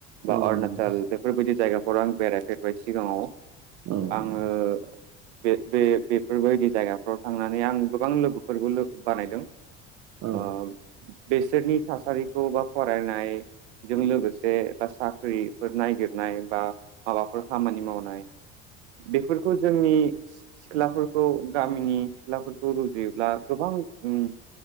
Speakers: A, on the right; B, on the right.
A: बा
B: औ
A: अर नासल
B: नंगौ
A: बेफोरबायदि जायगा आं बेरायफेरबाय सिगाङाव
B: औ
A: आङो
B: नंगौ।
A: बे-बे-बेफोरबायदि जायगाफ्राव थांनानै आं गोबां लोगोफोरबो लोगो बानायदों।
B: औ
A: ओ बेसोरनि थासारि खौ बा फरायनायजों लोगोसे बा साख्रि फोर नायगिरनाय बा माबाफोर खामानि मावनाय बेफोरखौ जोंनि सि सिख्लाफोरखौ गामिनि सिख्लाफोरखौ रुजुयोब्ला गोबां ओम